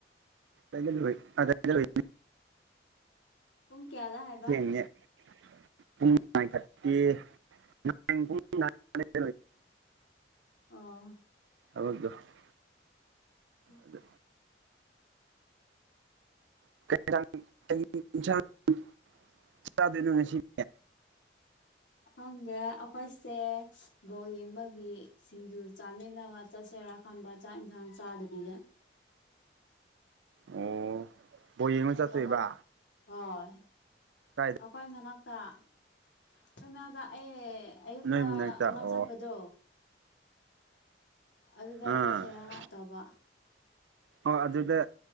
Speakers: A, on the right (about 75°); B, on the left (about 80°).
A: ꯑꯗꯨ ꯋꯥꯏꯗ ꯎꯏ <inaudible>
B: ꯇꯨꯝ ꯀꯌꯥꯗ ꯍꯥꯏ
A: ꯑꯣ ꯅꯤ ꯅꯥꯍꯜ ꯄꯨꯡ ꯅꯤꯄꯥꯜ ꯗꯨꯕꯦ <inaudible>
B: ꯑꯥ
A: <unintelligible>
B: <inaudible>
A: ꯑꯗꯨ <unintelligible>
B: ꯈꯪꯗꯦ ꯑꯩꯈꯣꯏꯁꯦ ꯕꯣꯜ ꯌꯦꯡꯕ ꯒꯤ ꯁꯤꯡꯖꯨ ꯆꯥꯃꯤꯟꯅꯕ ꯆꯠꯁꯤꯔꯥ ꯈꯟꯕꯥ ꯆꯥꯛ ꯏꯟꯁꯥꯡ ꯆꯥꯗꯕꯤꯗ
A: ꯑꯣ ꯕꯣꯜ ꯌꯦꯡꯕꯥ ꯆꯠꯇꯣꯏꯕ
B: ꯑꯩꯈꯣꯏ ꯍꯣꯏ
A: ꯀꯥꯏꯗ
B: ꯑꯩꯈꯣꯏ ꯃꯅꯥꯛꯇ ꯑꯩꯈꯣꯏ ꯃꯅꯥꯛꯇ ꯑꯩ ꯑꯌꯨꯛꯇ
A: ꯅꯣꯏ ꯃꯅꯥꯛꯇ
B: ꯑꯃ
A: ꯑꯣ
B: ꯆꯠꯄꯗꯣ ꯑꯗꯨꯗ
A: ꯑꯥ
B: ꯆꯠꯁꯦꯔꯥ ꯍꯥ ꯇꯧꯕ
A: ꯑꯣ ꯑꯗꯨꯗ